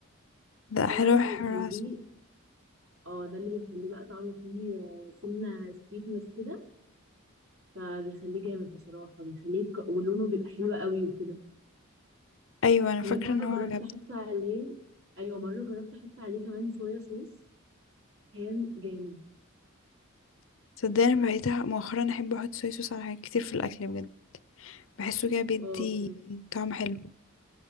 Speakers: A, on the left; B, on the right.
A: ده
B: ده
A: حلو
B: بقى اللي بيخليه
A: حلو عسل.
B: اه ده اللي بيخليه بقى طعمه فيه آه، سنه سويتنس كده فبيخليه جامد بصراحه بيخليه يتك... ولونه بيبقى حلو قوي وكده
A: ايوه
B: وكمان
A: انا فاكرة
B: مره
A: ان
B: جربت
A: هو عجبني
B: احط عليه ايوه مره جربت احط عليه كمان صويا صوص كان جامد
A: صدقني بقيت مؤخرا احب احط صويا صوص على حاجات كتير في الاكل بجد بحسه كده بيدي
B: اه بصراحه
A: طعم حلو